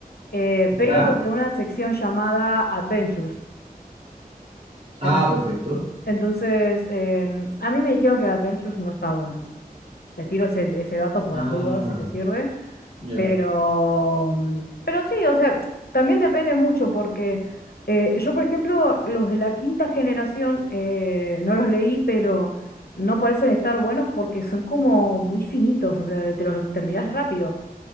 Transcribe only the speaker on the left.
eh, pero
de una sección llamada Adventures.
Ent-
Entonces, em, a mí me dijeron que el Adventures no está bueno. Te tiro ese, ese dato por
las dudas, si te sirve.
Pero, mm, pero sí, o sea, también depende mucho porque eh, yo, por ejemplo, los de la quinta generación eh, no los leí, pero no parecen estar buenos porque son como muy finitos, o sea, te los terminás rápido